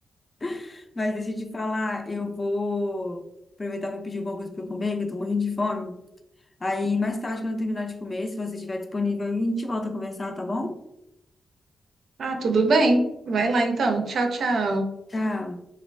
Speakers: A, on the left (about 30°); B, on the right (about 70°).
A: <laughs> Mas deixa eu te falar, eu vou aproveitar para pedir alguma coisa para eu comer, que eu tô morrendo de fome. Aí mais tarde, quando eu terminar de comer, se você estiver disponível, a gente volta a conversar, tá bom?
B: Ah, tudo bem. Vai lá então. Tchau, tchau.
A: Tchau.